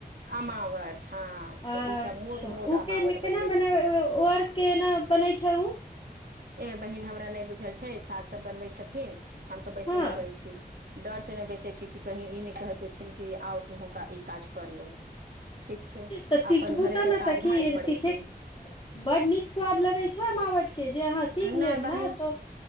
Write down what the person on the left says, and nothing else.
अच्छा
ओ
के न- केना
बनाबै
ओ आर केना बनै छै उ
हँ
तऽ सिखबू
तऽ
ने
सखी
सीखे
बड नीक स्वाद लगै छै अमावट के सीख
लेब
ने तऽ